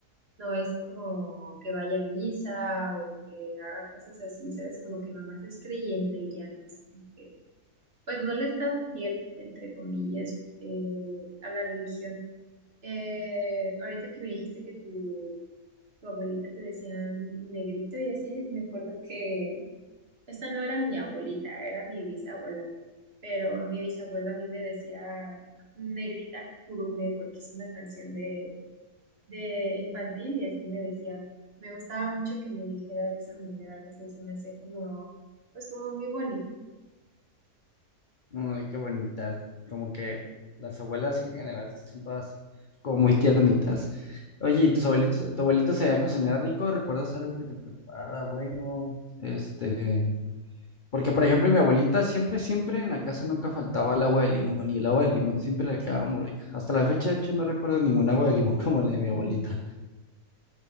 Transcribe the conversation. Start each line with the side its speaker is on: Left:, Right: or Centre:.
Right: no es como que vaya a misa o que haga cosas así, ¿sabes? Como que nomás es creyente y ya no es como que, pues no le es tan fiel, entre comillas, eh, a la religión. Eh, ahorita que me dijiste que tu tu abuelita te decía mi, mi negrito y así, me acuerdo que esta no era mi abuelita, era mi bisabuela, pero mi bisabuela a mí me decía negrita curumbe porque es una canción de, de infantil y así me decía. Me gustaba mucho que me dijera de esa manera, no sé, se me hacía como, pues como muy bonito.
Left: Ay, qué bonita, como que las abuelas en general son todas como muy tiernitas. Oye, ¿y tus abuelitos, tu abuelita se había cocinado rico? ¿Recuerdas algo que te preparara bueno? Este... Porque, por ejemplo, mi abuelita siempre, siempre en la casa nunca faltaba el agua de limón y el agua de limón siempre le quedaba muy rica. Hasta la fecha, de hecho, no recuerdo ningún agua de limón <laughs> como la de mi abuelita.